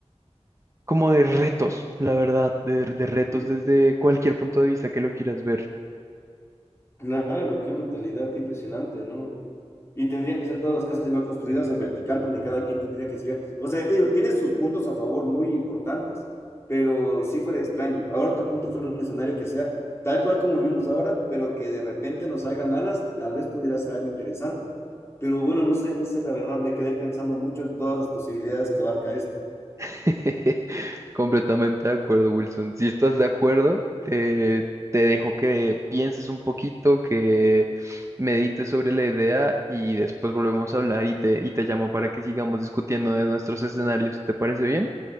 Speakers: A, on the right; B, on the left.
A: como de retos, la verdad, de,
B: <laughs>
A: de retos desde cualquier punto de vista que lo quieras ver.
B: Claro, qué brutalidad, qué impresionante, ¿no? Y tendrían que ser todas las casas igual construidas en vertical porque cada quien tendría que ser. O sea, te digo, tiene sus puntos a favor muy importantes, pero sí fuera extraño. Ahora otro punto fuera un escenario que sea tal cual como vivimos ahora, pero que de repente nos salgan alas, tal vez pudiera ser algo interesante. Pero bueno, no sé, no sé, la verdad me quedé pensando mucho en todas las posibilidades que abarca esto.
A: <laughs> Completamente de acuerdo, Wilson. Si estás de acuerdo, eh, te dejo que pienses un poquito, que medites sobre la idea y después volvemos a hablar y te, y te llamo para que sigamos discutiendo de nuestros escenarios. ¿Te parece bien?